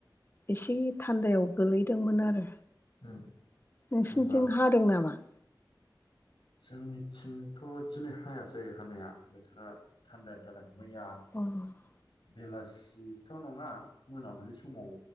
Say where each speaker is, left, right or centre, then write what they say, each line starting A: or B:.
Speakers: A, on the left; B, on the left.
A: एसे थान्दायाव गोलैदोंमोन आरो।
B: उम
A: नोंसिनिथिं
B: होमबा
A: हादों नामा?
B: जोंनिथिंथ' दिनै हायासै हानाया बोथोरा थान्दायानो जादों। मैया
A: अ'।
B: बेलासिथ' नङा मोनाबिलि समाव